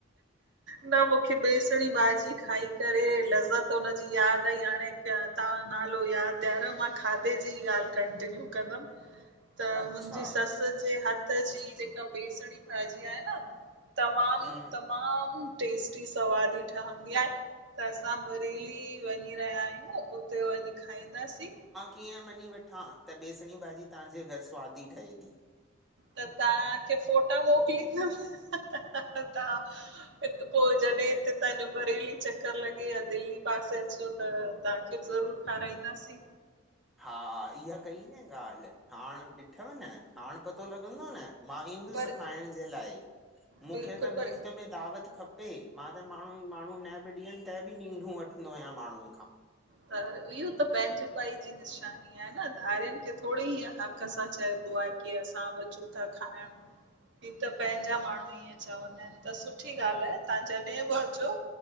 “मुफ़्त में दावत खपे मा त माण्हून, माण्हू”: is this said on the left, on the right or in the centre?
Centre